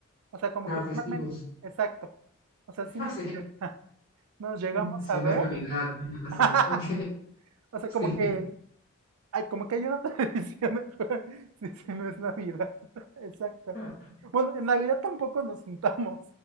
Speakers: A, on the right; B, on the left.
A: O sea, como
B: tan
A: que
B: festivos.
A: normalmente, exacto. O sea,
B: <laughs>
A: sí
B: Ah,
A: nos,
B: Sí,
A: <laughs> nos llegamos
B: Mm, sí,
A: a
B: no
A: ver.
B: es Navidad ni nada así.
A: <laughs>
B: Ok,
A: O sea, como
B: <laughs>
A: que Ay, como que hay una tradición. <laughs> Sí, sí, no es Navidad. <laughs> Exacto.
B: sí.
A: Bueno, en Navidad tampoco nos juntamos